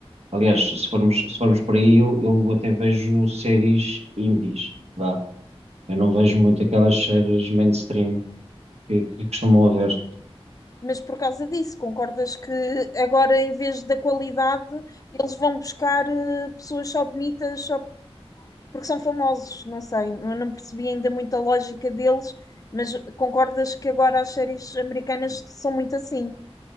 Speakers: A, on the right (about 80°); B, on the left (about 35°).
A: Aliás, se formos, se formos por aí, eu, eu até vejo séries indies, vá. Eu não vejo muito aquelas séries mainstream que, que costumam haver.
B: Mas por causa disso, concordas que agora, em vez da qualidade, eles vão buscar eh, pessoas só bonitas só porque são famosos? Não sei, eu não percebi ainda muito a lógica deles, mas concordas que agora as séries americanas são muito assim?